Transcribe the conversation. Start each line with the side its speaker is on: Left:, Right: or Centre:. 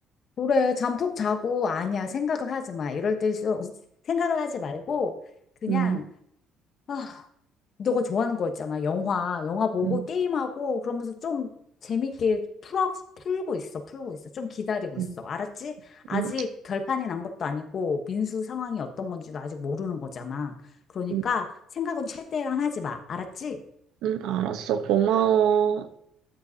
Left: 그래, 잠푹 자고 아니야. 생각을 하지 마. 이럴 때일수록 <laughs> 생각을 하지 말고 그냥
Right: 음,
Left: 아, 너가 좋아하는 거 있잖아. 영화, 영화 보고
Right: 음,
Left: 게임하고 그러면서 좀 재밌게 풀어, 풀고 있어, 풀고 있어. 좀 기다리고 있어.
Right: 음,
Left: 알았지? 아직
Right: 음,
Left: 결판이 난 것도 아니고 민수 상황이 어떤 건지도 아직 모르는 거잖아. 그러니까
Right: 음,
Left: 생각은 최대한 하지 마. 알았지?
Right: 음, 알았어. 고마워.